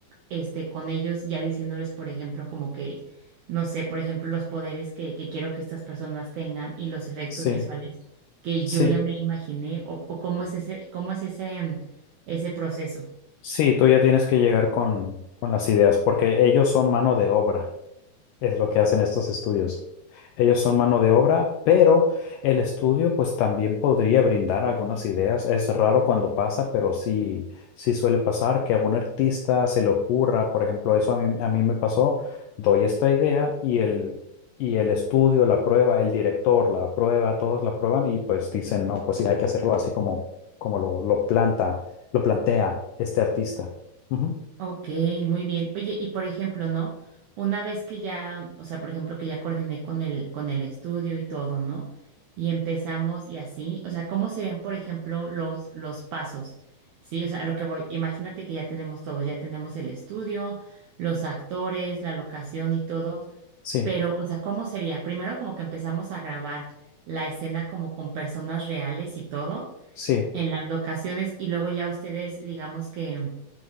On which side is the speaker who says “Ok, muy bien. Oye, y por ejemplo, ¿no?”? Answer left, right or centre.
Right